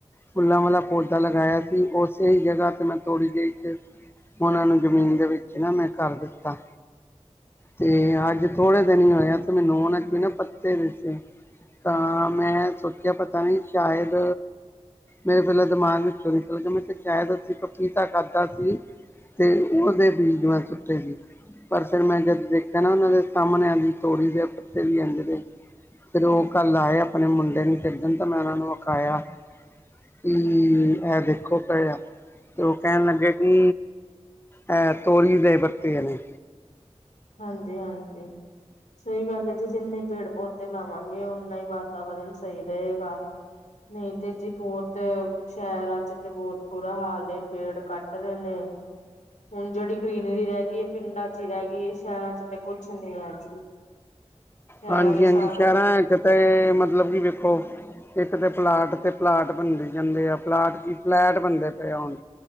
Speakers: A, on the left; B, on the left.
A: ਫੁੱਲਾਂ ਵਾਲਾ ਪੌਦਾ ਲਗਾਇਆ ਸੀ ਉਸੇ ਹੀ ਜਗ੍ਹਾ 'ਤੇ ਮੈਂ ਥੋੜ੍ਹੀ ਦੇਰ 'ਚ ਉਹਨਾਂ ਨੂੰ ਜ਼ਮੀਨ ਦੇ ਵਿੱਚ ਨਾ ਮੈਂ ਕਰ ਦਿੱਤਾ ਤੇ ਅੱਜ ਥੋੜ੍ਹੇ ਦਿਨ ਹੀ ਹੋਇਆ ਤੇ ਮੈਨੂੰ ਉਹਨਾਂ ਕੋਈ ਨਾ ਪੱਤੇ ਦਿੱਤੇੇ ਤਾਂ ਮੈਂ ਸੋਚਿਆ ਪਤਾ ਨਹੀਂ ਸ਼ਾਇਦ ਮੇਰੇ ਪਹਿਲੇ ਦਿਮਾਗ ਵਿੱਚੋਂ ਨਿਕਲ ਗਿਆ ਮੈਂ ਤਾਂ ਸ਼ਾਇਦ ਅਸੀਂ ਪਪੀਤਾ ਖਾਧਾ ਸੀ ਤੇ ਉਹਦੇ ਬੀਜ ਮੈਂ ਸੁੱਟੇ ਸੀ ਪਰ ਫਿਰ ਮੈਂ ਜਦ ਦੇਖਿਆ ਨਾ ਉਹਨਾਂ ਦੇ ਸਾਹਮਣੇ ਆਂ ਦੀ ਤੋਰੀ ਦੇ ਪੱਤੇ ਵੀ ਆਂਦੇ ਫਿਰ ਉਹ ਕੱਲ ਆਏ ਆਪਣੇ ਮੁੰਡੇ ਨੂੰ ਦੇਖਣ ਤਾਂ ਮੈਂ ਉਹਨਾਂ ਨੂੰ ਵਿਖਾਇਆ ਕੀ ਇਹ ਦੇਖੋ ਪਿਆ ਅਤੇ ਉਹ ਕਹਿਣ ਲਗੇ ਕਿ ਹੈ ਤੋਰੀ ਦੇ ਪਤੇ ਨੇ
B: ਹਾਂਜੀ ਹਾਂਜੀ ਸਹੀ ਗੱਲ ਹੈ ਜੀ ਜਿੰਨੇ ਪੇੜ ਪੌਦੇ ਤੇ ਲਾਵਾਂਗੇ ਨਾ ਹੀ ਵਾਤਾਵਰਨ ਸਹੀ ਰਹੇਗਾ ਨਹੀਂ ਤੇ ਜੀ ਬਹੁਤ ਸ਼ਹਿਰਾਂ ਚ ਤੇ ਬਹੁਤ ਬੁਰਾ ਹਾਲ ਪੇੜ ਕੱਟ ਦੇ ਨੇ ਹੁਣ ਜਿਹੜੀ ਗ੍ਰੀਨਰੀ ਰਹਿ ਗਈ ਪਿੰਡਾਂ ਚ ਹੀ ਰਹਿ ਗਈ ਏ ਸ਼ਹਿਰਾਂ ਚ ਤੇ ਕੁਛ ਨੀ ਹੈ ਜੀ ਸ਼ਹਿਰਾਂ
A: ਹਾਂਜੀ
B: ਚ
A: ਹਾਂਜੀ
B: ਸਾਰੇ
A: ਸ਼ਹਿਰਾਂ ਹੈ, ਅਤੇ ਮਤਲਬ ਕਿ ਵੇਖੋ ਇੱਕ ਤਾਂ ਪਲਾਟ ਅਤੇ ਪਲਾਟ ਬਣਦੇ ਜਾਂਦੇ ਆ ਫਲੈਟ ਹੀ ਫਲੈਟ ਬਣਦੇ ਪਏ ਹੋੁਣ